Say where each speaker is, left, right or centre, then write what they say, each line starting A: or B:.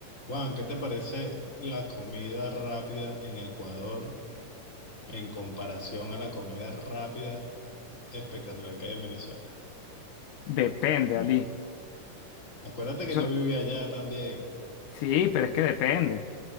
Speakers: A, on the left; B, on the left.
A: Juan, ¿qué te parece la comida rápida en Ecuador en comparación a la comida rápida espectacular que hay en Venezuela?
B: Depende, Ali.
A: Acuérdate
B: Eso,
A: que yo vivía allá también.
B: sí, pero es que depende,